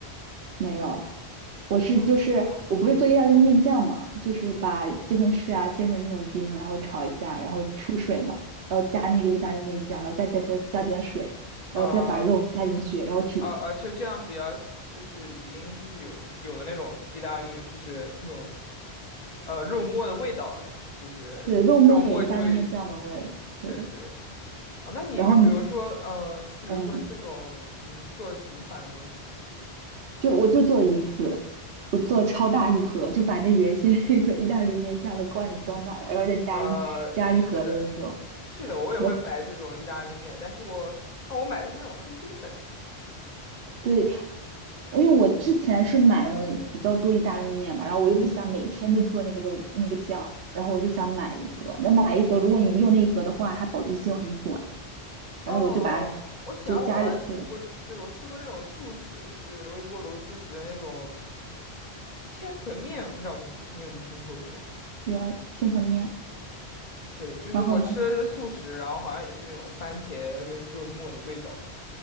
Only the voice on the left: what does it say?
哦，
呃
呃呃，就这样比较，就是已经就是有出有了那种意大利，就是那种呃肉末的味道了，是吗？就是肉末就有，
对对啊，那你就比如说，
嗯、就比如说这种你做的频繁吗？
呃，是的，是的，我也会买这种意大利面，
但是我哦，我买的是那种通心粉。
哦，
我想我我对我吃过那种速食，
就是微波炉速食的那种。千层面不知道你有没有听说过？
对，就是我吃的是素食，
然后好像也是那种番茄跟肉末的味道吧。